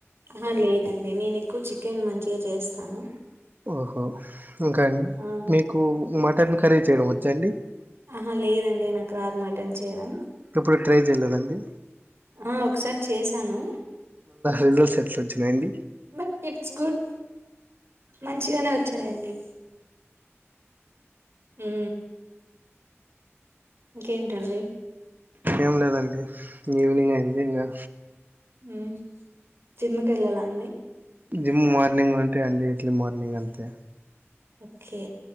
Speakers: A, on the right (about 60°); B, on the right (about 40°).
A: ఆ లేదండి నేను ఎక్కువ చికెన్ మంచిగా చేస్తాను.
B: ఓహో ఇంకా అండి
A: ఆ
B: మీకు మటన్ కర్రీ చేయడం వచ్చాండి?
A: ఆహా లేదండి నాకు రాదు మటన్ చేయడం.
B: ఎప్పుడు ట్రై చేయలేదండి?
A: ఆ ఒకసారి చేసాను
B: రిజల్స్ ఎట్ల వచ్చినాయండి?
A: బట్ ఇట్స్ గుడ్ మంచిగానే వచ్చాయండి. ఆ ఇంకేంటండి?
B: ఏం లేదండి ఈవినింగ్ అయింది ఇంగా
A: మ్ జిమ్కి ఎల్లలా అండి?
B: జిమ్ మార్నింగ్ ఉంటే అండి ఇట్లీ మార్నింగ్ అంతే
A: ఓకే